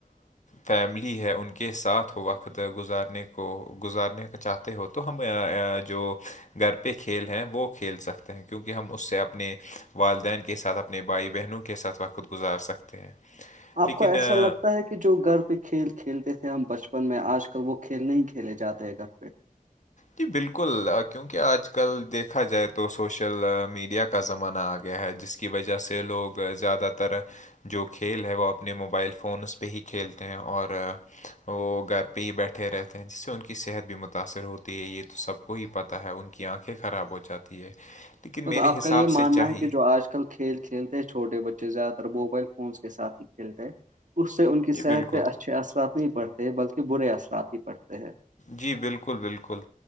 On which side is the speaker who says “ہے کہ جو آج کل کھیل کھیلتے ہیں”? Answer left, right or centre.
Right